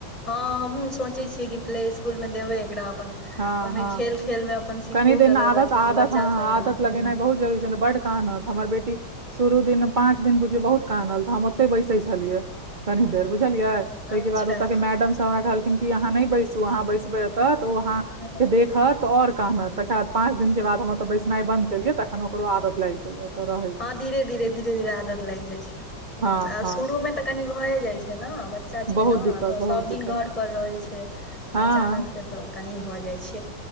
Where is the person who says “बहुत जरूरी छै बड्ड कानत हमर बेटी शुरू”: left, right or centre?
Right